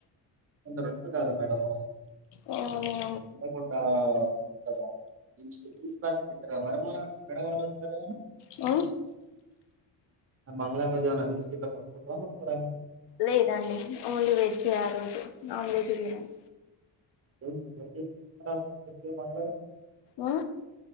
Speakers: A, on the right (about 35°); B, on the left (about 75°).
A: అంధ రెండు కదా మేడమ్
B: ఆ
A: ఏం కొంటవ్ దా <unintelligible> మేడమ్ <unintelligible>
B: ఓ
A: మంగళారం రోజు ఏమన్నా నీసు గిట్ల ముట్టుకుంటరముట్టు కోర
B: లేదండి ఓన్లీ వెజే ఆ రోజు నాన్ వెజ్ బిర్యానీ
A: <unintelligible>
B: ఆ